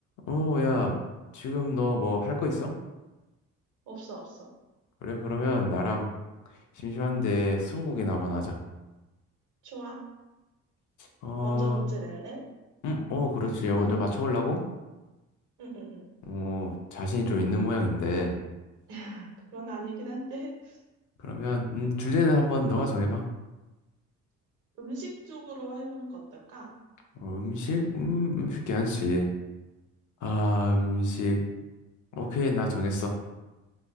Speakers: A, on the left; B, on the right.
A: 어, 야, 지금 너 뭐 할 거 있어?
B: 없어, 없어.
A: 그래, 그러면 나랑 심심한데 스무고개나 한번 하자.
B: 좋아.
A: 어,
B: 먼저 문제 낼래?
A: 음, 어, 그렇지. 먼저 맞춰보려고?
B: 응, 응, 응.
A: 어, 자신이 좀 있는 모양인데.
B: <laughs> 그건 아니긴 한데, <laughs>
A: 그러면, 음, 주제는 한번 너가 정해봐.
B: 음식 쪽으로 해보는 거 어떨까?
A: 어, 음식? 음, 음식 괜찮지. 아, 음식. 오케이, 나 정했어.